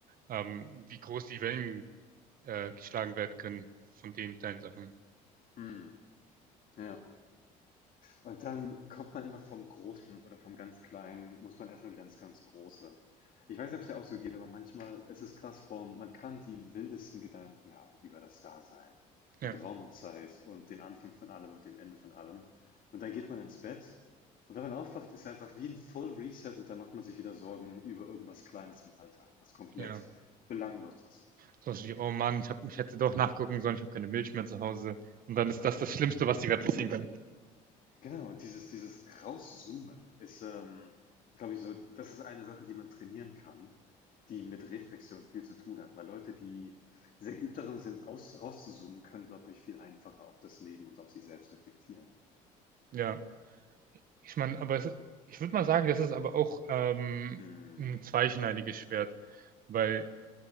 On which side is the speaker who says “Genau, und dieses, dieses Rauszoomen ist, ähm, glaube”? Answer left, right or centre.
Left